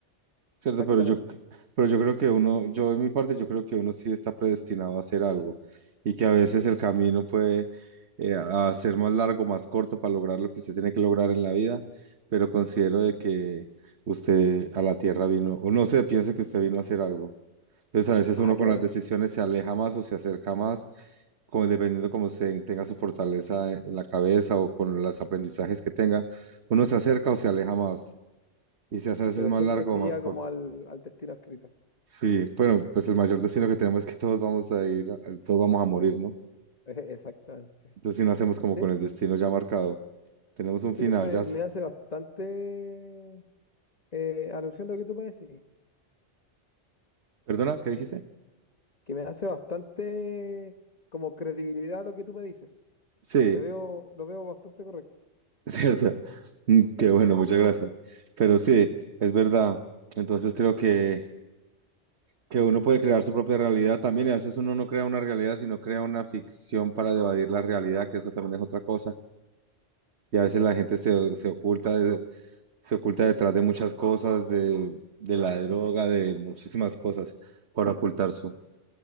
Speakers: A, on the right; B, on the left.
A: Cierto,
B: Exactamente.
A: pero yo, pero yo creo que uno, yo en mi parte, yo creo que uno sí está predestinado a hacer algo y que a veces el camino puede eh, a ser más largo, más corto para lograr lo que usted tiene que lograr en la vida, pero considero de que usted a la tierra vino, o no sé, pienso que usted vino a hacer algo. Entonces a veces
B: Ah,
A: uno
B: claro.
A: con las decisiones se aleja más o se acerca más, como dependiendo como se tenga su fortaleza en la cabeza o con los aprendizajes que tenga, uno se acerca o se aleja más y se hace a veces
B: Pero
A: más
B: siempre
A: largo
B: se
A: o más
B: llega
A: corto.
B: como al, al destino escrito. <laughs>
A: Sí, bueno, pues el mayor destino que tenemos es que todos vamos a ir, a- todos vamos a morir, ¿no?
B: E- Exactamente.
A: Entonces, si nacemos como
B: Sí,
A: con el destino ya marcado, tenemos un
B: sí,
A: final,
B: pero me,
A: ya. s-
B: me hace bastante eh, alusión lo que tú me decís.
A: ¿Perdona? ¿Qué
B: Sí.
A: dijiste?
B: Que me hace bastante como credibilidad lo que tú me dices.
A: Sí,
B: Te veo, lo veo bastante correcto.
A: <laughs> cierto. Mm, Qué bueno,
B: Sí,
A: muchas gracias. Pero sí, es verdad. Entonces, creo que, que uno puede crear su propia realidad también, y a veces uno no crea una realidad, sino crea una ficción para evadir la realidad, que eso también es otra cosa. Y a veces la gente se, se oculta se oculta detrás de muchas cosas, de, de la droga, de muchísimas cosas, para
B: claro.
A: ocultar su,